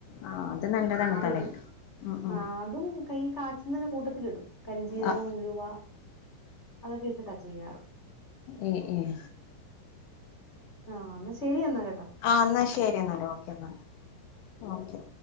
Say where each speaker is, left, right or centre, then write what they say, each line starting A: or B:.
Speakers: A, on the left; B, on the left.
A: ആഹ് അത് നല്ലതാണ്
B: അതിടും
A: തലയ്ക്ക്. ഉം
B: ആ
A: ഉം
B: അതും ഈ കാച്ചുന്ന കൂട്ടത്തില് ഇടും. കരിംജീരകം,
A: ആഹ്
B: ഉലുവ അതൊക്കെ ഇട്ടിട്ടാ ചെയ്യാറ്.
A: ഏയ് ഏയ്
B: ആഹ്. എന്നാ ശരിയെന്നാ കേട്ടോ.
A: ആഹ് എന്നാ ശരി എന്നാല്. ഓക്കെ എന്നാല് ഓക്കെ.